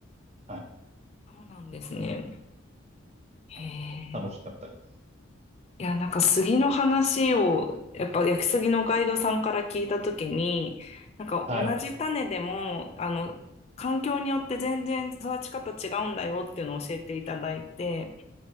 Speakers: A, on the right; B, on the left.
A: はい、
B: そうなんですね。へえ。
A: はい。楽しかったです。
B: いや、なんか杉の話を、やっぱ焼き杉のガイドさんから聞いたときに、なんか同じ種でも、
A: はい、
B: あの、環境によって全然育ち方違うんだよっていうのを教えていただいて、